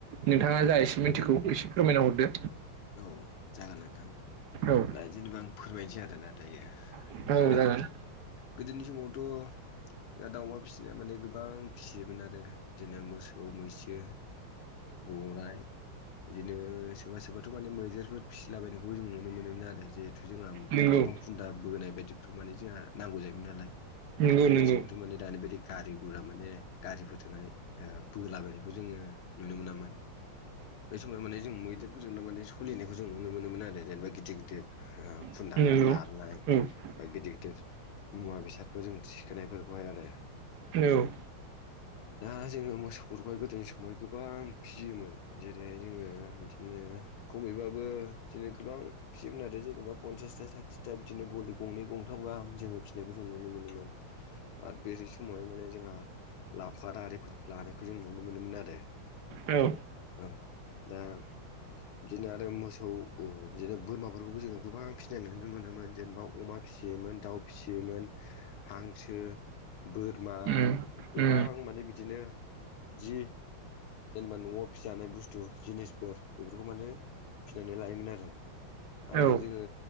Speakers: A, on the right; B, on the left.
A: नोंथाङा जा एसे मिन्थिगौ एसे फोरमायना हरदो।
B: औ जागोन नोंथां
A: औ औ
B: दा जेनेबा आं फोरमायनोसै आरोना दायो
A: जागोन
B: दा
A: औ
B: गोदोनि समावथ' दा दाउमा फिसिनाया माने गोबां फिसियोमोन आरो बिदिनो मोसौ मैसो गराइ बिदिनो सोरबा सोरबाथ' माने मैदेरफोर फिसिलाबायनायखौबो जों नुनो मोनोमोन आरो जिहेथु जोंहा
A: नंगौ
B: दंफां खुन्दा बोनाय बायदिफ्राव माने जोंहा नांगौ जायोमोन नालाय।
A: नंगौ
B: गोदोनि
A: नंगौ
B: समावथ'
A: नंगौ
B: माने दानि बादि गारि गुरा माने गारिफोरजोंहाय ओ बोलाबनायखौ जोङो नुनो मोनामोन बै समाव माने जों मै जोंनो माने सलिनायखौ जों नुनो मोनो मोन आरो जेनेबा गिदिर गिदिर। ओ खुन्दाफोर
A: औ
B: नारनाय
A: औ नंगौ
B: बा गिदिर गिदिर मुवा बेसादफोर जों थिखोनायफोरखौ हाय आरो।
A: औ।
B: दा जोङो मोसौफोरखौहाय गोदोनि समावहाय गोबां फिसियोमोन जेरैहाय जोङो बिदिनो ओ खमैबाबो बिदिनो गोबां फिसिमोन आरो जेनेबा पन्सासथा साथिथा बिदिनो गलि गंनै गंथाम गाहाम जोङो फिसिनायखौ जों नुनो मोनोमोन आरो बे समावहाय माने जोंहा गारिफोर लानायखौ जों नुनो मोनोमोन आरो।
A: औ
B: औ दा बिदिनो आरो आरो मोसौ बिदिनो बोरमाफोरखौबो जोङो गोबां फिसिनाय नु नुनो मोनोमोन जेनेबा अमा फिसियोमोन दाउ फिसियोमोन। हांसो बोरमा
A: उम
B: गोबां
A: उम
B: माने बिदिनो जि जेनेबा न'आव फिसाानाय बुस्थु जिनिसफोर बेफोरखौ माने फिनानै लायोमोन आरो। आरो
A: औ औ
B: जोङो